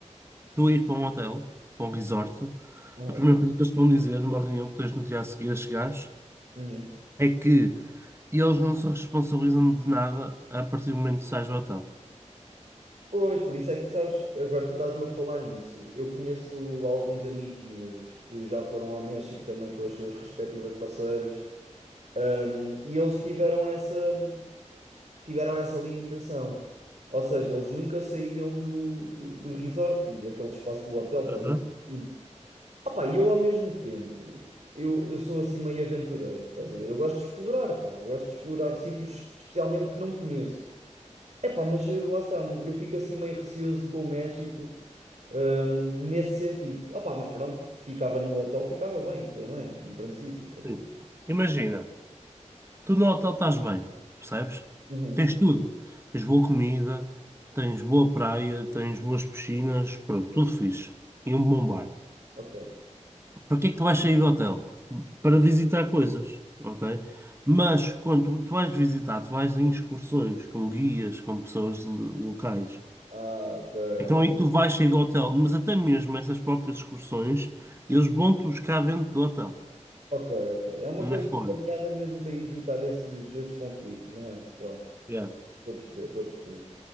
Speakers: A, on the right; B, on the right.
A: tu ires para um hotel, para um resort,
B: Aham,
A: a primeira coisa que eles te vão dizer numa reunião que tens no dia a seguir a chegares
B: uhum.
A: é que eles não se responsabilizam de nada a partir do momento que sais do hotel.
B: Pois, por isso é que sabes, agora tu estás-me a falar nisso. Eu conheço alguns amigos meus que já foram ao México também com as suas respectivas parceiras, ahm, e eles tiveram essa, tiveram essa limitação. Ou seja, eles nunca saíram do, do, do resort e daquele espaço do hotel, estás
A: Uhum.
B: a ver? Opá, e eu ao mesmo tempo, eu, eu sou assim meio aventureiro, estás a ver? Eu gosto de explorar, pá, eu gosto de explorar sítios especialmente que não conheço. É pá, mas eh, lá está, eu fico assim meio receoso com o México, hum, nesse sentido. Ah pá, mas pronto, ficava no hotel, ficava bem também, em princípio, quer dizer.
A: Sim. Imagina, tu no hotel estás bem, percebes?
B: Uhum,
A: Tens tudo. Tens boa comida, tens boa praia, tens boas piscinas, pronto, tudo fixe. E um bom bar.
B: ok.
A: Para que é que tu vais sair do hotel? Para visitar coisas, ok? Mas quando tu vais visitar, tu vais em excursões com guias, com pessoas de- locais.
B: Ah, ok,
A: Então
B: ok.
A: aí tu vais sair do hotel, mas até mesmo essas próprias excursões, eles vão-te buscar dentro do hotel,
B: Ok, ok. É uma
A: não
B: coisa
A: é fora.
B: planeada mesmo para evitar esses, esses conflitos, não é? Claro,
A: Yeah.
B: estou a perceber, estou a perceber.